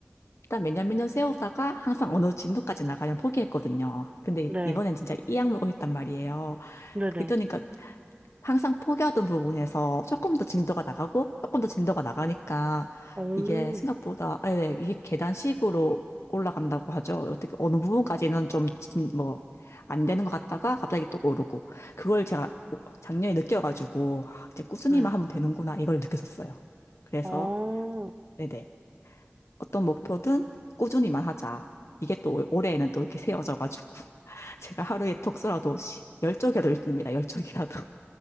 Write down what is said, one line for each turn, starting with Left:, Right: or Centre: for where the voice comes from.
Left: 일단 몇 년 몇 년 세우다가 항상 어느 진도까지 나가면 포기했거든요. 근데
Right: 네.
Left: 이번엔 진짜 이 악물고 했단 말이에요.
Right: 네네.
Left: 그러니까 항상 포기하던 부분에서 조금 더 진도가 나가고 조금 더 진도가 나가니까
Right: 오,
Left: 이게 생각보다 아, 네, 이게 계단식으로 올라간다고 하죠. 어떻게 어느 부분까지는 좀뭐안 되는 것 같다가 갑자기 또 오르고 그걸 제가 작년에 느껴가지고 아, 이제 꾸준히만
Right: 네.
Left: 하면 되는구나 이걸 느꼈었어요. 그래서
Right: 어,
Left: 네네. 어떤 목표든 꾸준히만 하자. 이게 또 올해에는 또 이렇게 세워져가지고 <laughs> 제가 하루에 독서라도 시- 열 쪽이라도 읽습니다. 열 쪽이라도.